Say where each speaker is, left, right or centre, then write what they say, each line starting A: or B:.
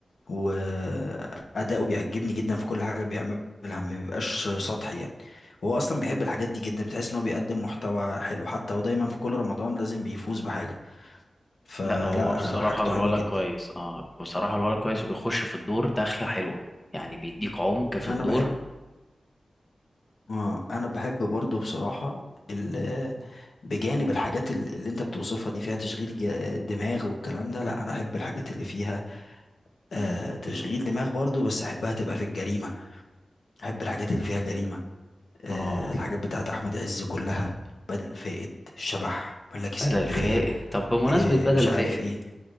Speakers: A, on the left; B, on the left.
A: وأداؤه بيعجبني جدا في كل حاجة بيعملها ما بيبقاش سطحي يعني وهو أصلا بيحب الحاجات دي جدا بتحس إن هو بيقدم محتوى حلو حتى هو دايما في كل رمضان لازم بيفوز بحاجة فلا
B: لا هو بصراحه
A: حاجته
B: الولد
A: حلوة جدا
B: كويس اه بصراحه الولد كويس وبيخش في الدور دخله حلوه يعني بيديك عمق في
A: أنا
B: الدور
A: بحب آه، أنا بحب برضه بصراحة ال- بجانب الحاجات ال- اللي انت بتوصفها دي فيها تشغيل ج- دماغ والكلام ده لا انا احب الحاجات اللي فيها آه، تشغيل دماغ برضو بس احبها تبقى في الجريمة احب الحاجات اللي فيها جريمة آه،
B: اه
A: الحاجات بتاعت احمد عز كلها بدل فائد الشبح ملاك اسكندريه
B: بدل فائد طب بمناسبه
A: آه،
B: بدل
A: مش عارف
B: فائد
A: ايه